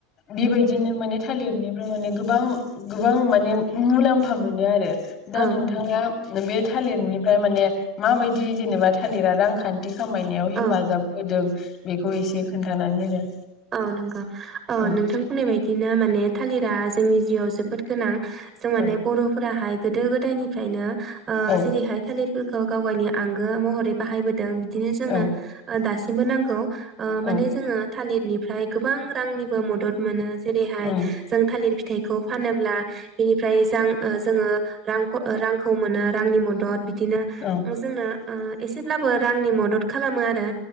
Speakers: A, on the left; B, on the right.
A: बेबायदिनो माने थालिरनिफ्राय माने गोबां गोबां माने मुलाम फा मोनो आरो
B: औ
A: दा नोंथाङा
B: नंगौ
A: माने थालिरनिफ्राय माने माबायदि जेनेबा थालिरा रांखान्थि खामायनायाव
B: औ
A: हेफाजाब होदों बेखौ एसे खोन्थानानै होदो
B: औ नंगौ औ
A: ओम
B: नोंथां बुंनाय बायदिनो माने थालिरा जोंनि याव जोबोद गोनां जों माने
A: ओम
B: बर'फोराहाय गोदो गोदायनि फ्रायनो ओ
A: औ
B: जेरैहाय थालिरफोरखौ गावबायनो आंगो महरै बाहायबोदों बिदिनो जोंनो
A: औ
B: ओ दासि मबो नांगौ ओ माने
A: ओम
B: जोङो थालिर ओमफ्राय गोबां रांनिबो मदद मोनो जेरैहाय
A: ओम
B: जों थालिर फिथाइखौ फानोब्ला बिनिफ्राय जां ओ जोङो रांख रांखौ मोनो रांनि मदद दिनो
A: ओम
B: ओं जोंनो ओ एसेब्लाबो रांनि मदद खालामो आरो